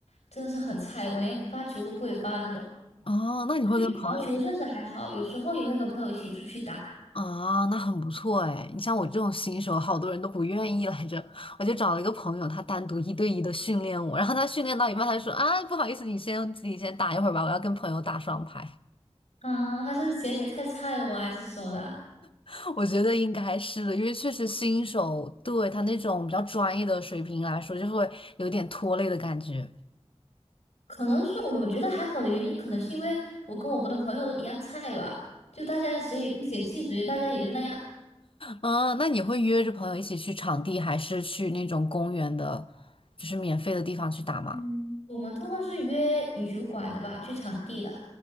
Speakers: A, on the left; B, on the left.
A: 真的是很菜，我连发球都不会发那种。
B: 哦，那你会跟朋友一
A: 但是羽毛球算是还好，有时候也会跟朋友一起出去打。
B: 啊？那很不错哎。你像我这种新手，好多人都不愿意来着。我就找了一个朋友，他单独一对一的训练我，然后他训练到一半，他就说啊，不好意思，你先自己先打一会儿吧，我要跟朋友打双排。
A: 啊，还是嫌你太菜了吧，还是什么的？
B: <laughs> 我觉得应该是的，因为确实新手对他那种比较专业的水平来说，就会有点拖累的感觉。
A: 可能是我觉得还好的原因，可能是因为我跟我们的朋友都一样菜吧，就大家谁也不嫌弃谁，大家也就那样。
B: 啊，那你会约着朋友一起去场地，还是去那种公园的，就是免费的地方去打吗？
A: 嗯，我们通常是约羽球馆的吧，去场地的。